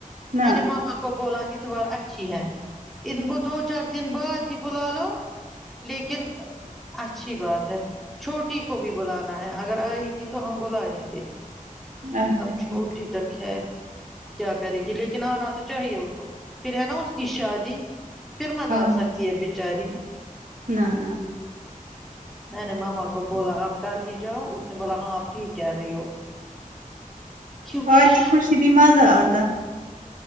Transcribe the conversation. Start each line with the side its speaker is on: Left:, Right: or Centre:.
Right: نہ
Centre: میں نے مما کو بولا اتوار اچھی ہے ان کو دو چار دن بعد ہی بلا لو لیکن اچھی بات ہے چھوٹ ٹی کو بھی بلانا ہے اگر آئے گی تو ہم بلائیں گے
Right: اچھا
Centre: اب
Right: ٹھیک
Centre: چھوٹی تک ہے کیا کرے گی لیکن آنا تو چاہیے اس کو پھر ہے نا اس کی شادی پھر مت
Right: ہاں
Centre: آ سکتی ہے بچاری
Right: نہ نہ
Centre: نہیں نہیں ماما بولا آپ کل ہی جاؤ اس نے بولا ہاں آپ ٹھیک کہہ رہی ہو کیونکہ
Right: آتی خوشی بھی مزہ آتا